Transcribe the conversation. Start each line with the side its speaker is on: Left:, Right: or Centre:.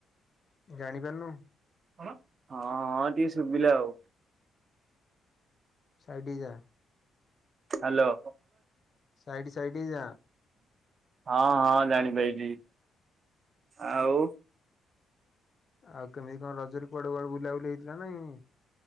Left: ଜାଣିପାରୁନୁ।
Right: ହଁ ହଁ ଟିକେ ଶୁଭିଲା ଆଉ।
Left: ସାଇଡ ହେଇଯା।
Right: ହ୍ୟାଲୋ।
Left: ସାଇଡ ସାଇଡ ଯା।
Right: ହଁ ହଁ ଜାଣିପାଇଲି ଆଉ।
Left: ଆଉ କେମିତି କଣ ରଜରେ କୁଆଡେ କୁଆଡେ ବୁଲାବୁଲି ହେଇଥିଲା ହେଇନି।